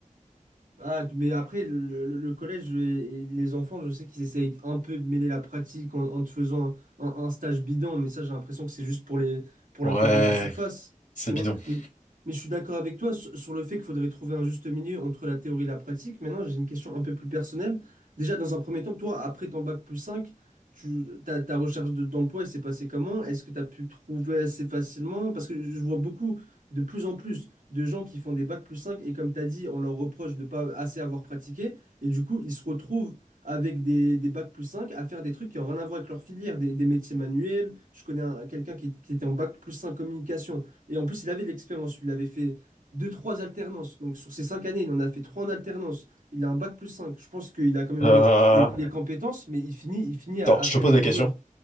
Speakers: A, on the right (about 75°); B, on the left (about 70°).
A: Ah, tu- mais après, le, le- le collège et et les enfants, je sais qu'ils essayent un peu de mêler la pratique en, en te faisant un, un- un stage bidon, mais ça, j'ai l'impression que c'est juste pour les, pour
B: Ouais,
A: l'apparence de surface,
B: c'est
A: tu vois.
B: bidon. <laughs>
A: Mais, mais je suis d'accord avec toi sur, sur le fait qu'il faudrait trouver un juste milieu entre la théorie et la pratique. Maintenant, j'ai une question un peu plus personnelle. Déjà, dans un premier temps, toi, après ton bac plus 5, tu, ta, ta recherche de- d'emploi, elle s'est passée comment? Est-ce que tu as pu trouver assez facilement? Parce que je vois beaucoup, de plus en plus, de gens qui font des bacs plus 5 et comme tu as dit, on leur reproche de pas assez avoir pratiqué et du coup, ils se retrouvent avec des, des bacs plus 5 à faire des trucs qui n'ont rien à voir avec leur filière, des, des métiers manuels. Je connais un- quelqu'un qui, qui était en bac plus 5 communication et en plus, il avait de l'expérience, il avait fait deux, trois alternances. Donc sur ces cinq années, il en a fait trois en alternance. Il a un bac plus 5. Je pense qu'il a quand même
B: Euh,
A: les, les, les compétences, mais il finit, il finit à,
B: Attends,
A: à
B: je
A: faire
B: te pose
A: éboueur.
B: la question.